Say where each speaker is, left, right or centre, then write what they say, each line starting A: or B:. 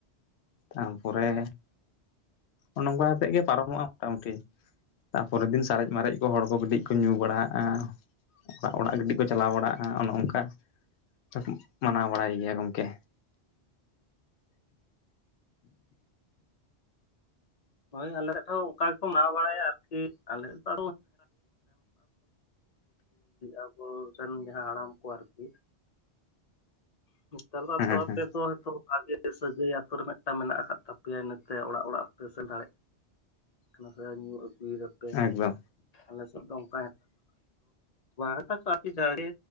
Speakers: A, on the left (about 75°); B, on the left (about 45°).
A: ᱛᱟᱨᱯᱚᱨᱮ ᱚᱱ ᱚᱝᱠᱟ ᱠᱟᱛᱮᱜ ᱜᱮ ᱯᱟᱨᱚᱢᱚᱜᱼᱟ ᱢᱚᱴᱟᱢᱩᱴᱤ, ᱛᱟᱨᱯᱚᱨᱮᱨ ᱫᱤᱱ ᱥᱟᱨᱮᱡ ᱢᱟᱨᱮᱡ ᱠᱚ ᱦᱚᱲ ᱠᱚ ᱠᱟᱹᱴᱤᱡ ᱠᱚ ᱧᱩ ᱵᱟᱲᱟᱜᱼᱟ᱾ ᱚᱲᱟᱜ ᱚᱲᱟᱜ ᱠᱟᱹᱴᱤᱡ ᱠᱚ ᱪᱟᱞᱟᱣ ᱵᱟᱲᱟᱜᱼᱟ ᱚᱱᱮ ᱚᱱᱠᱟ ᱠᱟᱹᱴᱤᱡ ᱢᱟᱱᱟᱣ ᱵᱟᱲᱟᱭ ᱜᱮᱭᱟ ᱜᱚᱝᱠᱮ᱾
B: ᱦᱳᱭ ᱟᱞᱮ ᱦᱚᱸ ᱚᱱᱠᱟ ᱜᱮᱠᱚ ᱢᱟᱱᱟᱣ ᱵᱟᱲᱟᱭᱟ ᱟᱨᱠᱤ, <inaudible> ᱟᱵᱚ ᱨᱮᱱ ᱡᱟᱦᱟᱸ ᱦᱟᱲᱟᱢ ᱠᱚ ᱟᱨᱠᱤ ᱱᱮᱛᱟᱨ
A: ᱦᱮᱸ
B: ᱫᱚ
A: ᱦᱮᱸ
B: ᱟᱯᱮ ᱫᱚ ᱦᱳᱭᱛᱚ ᱵᱷᱟᱜᱮ ᱥᱟᱹᱜᱟᱹᱭ ᱟᱛᱳ ᱨᱮ ᱢᱤᱫᱴᱟᱝ ᱢᱮᱱᱟᱜ ᱟᱠᱟᱫ ᱛᱟᱯᱮᱭᱟ ᱤᱱᱟᱹ ᱛᱮ ᱚᱲᱟᱜ ᱚᱲᱟᱜ ᱦᱚᱸᱯᱮ ᱥᱮᱱ ᱫᱟᱲᱮᱭᱟᱜ ᱠᱟᱱᱟ ᱥᱮ ᱧᱩ ᱟᱹᱜᱩᱭᱮᱫᱟᱯᱮ,
A: ᱮᱠᱫᱚᱢ
B: ᱟᱞᱮ ᱥᱮᱫ ᱚᱱᱠᱟ <inaudible> ᱡᱷᱟᱲᱮ